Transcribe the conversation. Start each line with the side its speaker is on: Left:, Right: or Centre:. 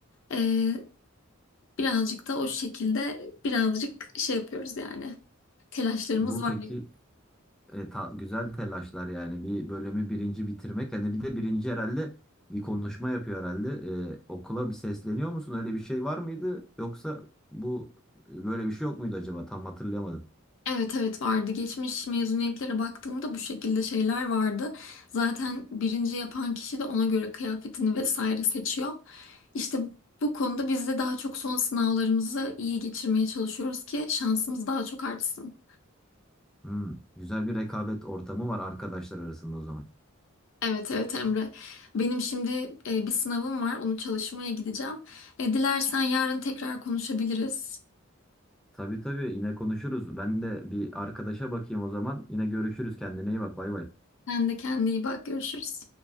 Left: E, birazcık da o şekilde birazcık şey yapıyoruz yani. Telaşlarımız
Centre: Bu
Left: var.
Centre: peki E, ta- güzel telaşlar yani bir bölümü birinci bitirmek hani bir de birinci herhalde bir konuşma yapıyor herhalde E, okula bir sesleniyor musun öyle bir şey var mıydı yoksa bu böyle bir şey yok muydu acaba tam hatırlayamadım.
Left: Evet evet vardı. Geçmiş mezuniyetlere baktığımda bu şekilde şeyler vardı. Zaten birinci yapan kişi de ona göre kıyafetini vesaire seçiyor. İşte bu konuda biz de daha çok son sınavlarımızı iyi geçirmeye çalışıyoruz ki şansımız daha çok artsın.
Centre: Hmm, güzel bir rekabet ortamı var arkadaşlar arasında o zaman.
Left: Evet evet Emre. Benim şimdi e, bir sınavım var. Onu çalışmaya gideceğim. E, dilersen yarın tekrar konuşabiliriz.
Centre: Tabii tabii yine konuşuruz ben de bir arkadaşa bakayım o zaman yine görüşürüz kendine iyi bak bay bay.
Left: Sen de kendine iyi bak. Görüşürüz.